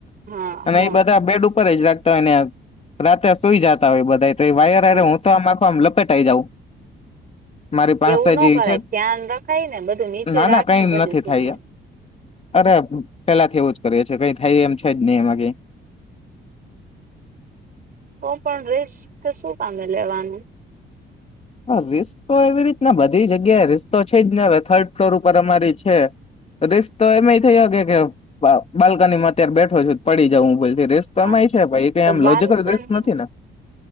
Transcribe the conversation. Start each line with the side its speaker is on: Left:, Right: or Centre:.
Right: હા
Left: અને
Right: હા
Left: એ બધા બેડ ઉપર જ રાખતા હોય ને, રાતે સુઈ જતા હોય બધા. વાયર,
Right: હા
Left: હું તો આખ આમ લપેટ આવી જાઉં મારી. પાસે
Right: એવું
Left: જે
Right: ન કરાય
Left: છે
Right: ધ્યાન રખાય ને, બધું નીચે
Left: ના
Right: રાખી
Left: ના કઈ
Right: ને પછી
Left: નથી
Right: શુંવા
Left: થાય અરે પેલા થી એવું જ કરીએ છે, કઈ થાય એમ છે જ નહી, એમાં ક
Right: તો પણ રેસ કે, શું પામે લેવાનું?
Left: હા, રિસ્તો એવી રીતના બધી જગ્યાએ છે, જ ને હવે થર્ડ ફ્લોર ઉપર છે. રેસ તો એમ થઈયો કે, કે બાલ્કની માં અત્યારે બેઠો છે, પડી જઉ હું બોલ રેસ. તો
Right: હા
Left: એમાં એ છે, ભાઈ કઈ
Right: તો
Left: આમ
Right: બાલ્કની
Left: લોજિકલ દસ નથી ને.